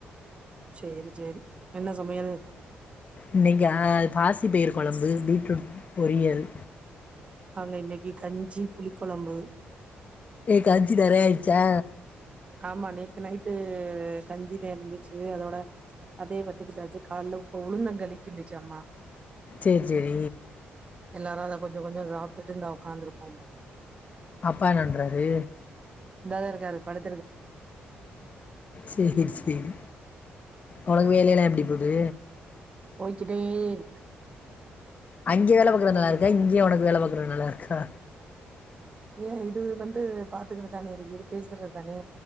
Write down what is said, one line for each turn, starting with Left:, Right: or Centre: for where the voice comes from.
Right: சேரி சேரி என்ன சமையல்
Left: இன்னக்கா பாசி பெயிறு கொழம்பு பீட்ரூட் பொரியல்
Right: அங்க இன்னக்கு கஞ்சி புளிக்கொழம்பு
Left: ஏ கஞ்சி நெறையா ஆயிர்ச்சா
Right: ஆமா நேத்து நைட்டு கஞ்சிதே இருந்துச்சு அதோட அதே வத்துக்குட்டாச்சு கால்ல இப்ப உளுந்த கழி கிண்டுச்சு அம்மா
Left: சேர் சேரி
Right: எல்லாரு அத கொஞ்ச கொஞ்ச சாப்டுட்டு இந்தா உக்காந்துருக்கோம்
Left: அப்பா என்னான்றாரு
Right: இந்தத இருக்காரு படு
Left: சேரி சேரி ஒனக்கு வேல எல்லா எப்டி போது
Right: போய்கிட்டே இருக்கு
Left: அங்கே வேல பாக்குறது
Right: போகுது
Left: நல்ல ருக்கா இங்க உனக்கு வேல பாக்கறது நல்ல ருக்கா
Right: ஏ இது வந்து பாத்துக்கிட்டுதானே இருக்கு இது பேசுறத் தானே